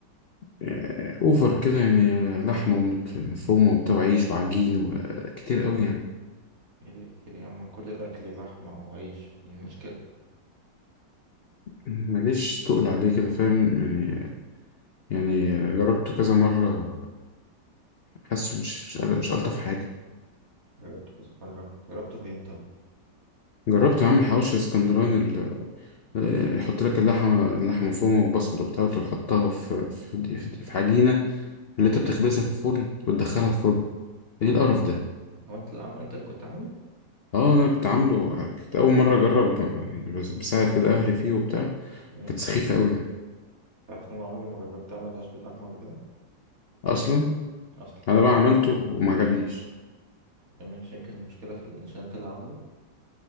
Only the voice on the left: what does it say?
آه، اوفر كده يعني آه، لحمه ومت- مفرومه وبتاع وعيش وعجين وكتير قوي يعني
ماليش تقل عليه كده فاهم يعني يعني آه، جربته كذا مره حاسه مش مش قادر- مش الطف حاجه
جربت يا عم الحواوشي الاسكندراني ال- آه، يحط لك اللحمه اللحمه مفرومه وبصل وبتاع وتحطها في في في في عجينه اللي انت بتخبزها في الفرن وتدخلها الفرن ايه القرف ده
اه انا كنت عامله كنت اول مره اجرب يعني بس- بساعد كده اهلي فيه وبتاع
كانت سخيفه قوي يعني
اصلا
انا بقى عملته وما عجبنيش